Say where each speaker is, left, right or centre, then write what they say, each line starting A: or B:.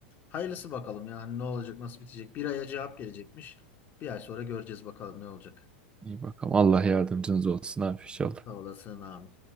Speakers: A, on the left; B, on the right.
A: Hayırlısı bakalım ya. Hani ne olacak, nasıl bitecek? Bir aya cevap gelecekmiş. Bir ay sonra göreceğiz bakalım ne olacak.
B: İyi bakalım. Allah yardımcınız olsun abi inşallah.
A: Sağ olasın abi.